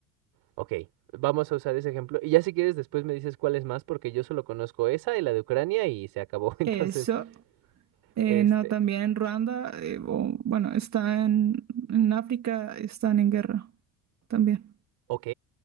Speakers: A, on the right (about 70°); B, on the right (about 40°).
A: ok, vamos a usar ese ejemplo. Y ya si quieres, después me dices cuál es más, porque yo solo conozco esa y la de Ucrania y se acabó. <laughs> Entonces,
B: Eso, eh,
A: este,
B: no, también en Ruanda, eh, o- bueno, está en, en África, están en guerra también.
A: Ok,